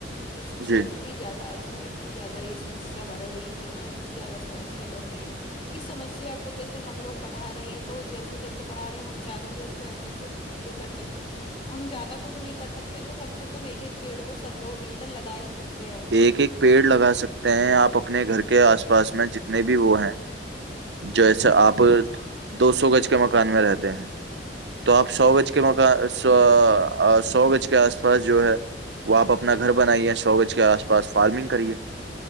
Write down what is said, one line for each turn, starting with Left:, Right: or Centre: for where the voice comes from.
Left: تو سچ
Right: جی
Left: میں اتنی زیادہ آج کل اتنی زیادہ اس سمسیا بڑھ رہی ہے نا اتنی زیادہ سمسیا بڑھ رہی ہے اس سمسیا کو جیسے ہم لوگ بڑھا رہے ہیں تو جیسے جیسے بڑھا رہے ہیں ہم چاہے تو اس کو ایسے ایسے ختم بھی کر سکتے ہم زیادہ کچھ نہیں کر سکتے تو کم سے کم ایک ایک پیڑ تو سب لوگ مل کر لگا ہی سکتے ہیں
Right: ایک ایک پیڑ لگا سکتے ہیں آپ اپنے گھر کے آس پاس میں جتنے بھی وہ ہیں جیسے اچھا آپ
Left: جی
Right: دو سو گز کے مکان میں رہتے تے ہیں تو آپ سو
Left: جی
Right: بج کے موقع سو سو گز کے آس پاس جو ہے وہ آپ اپنا گھر بنائیے ہے سوگج کے آس پاس فارمنگ کریے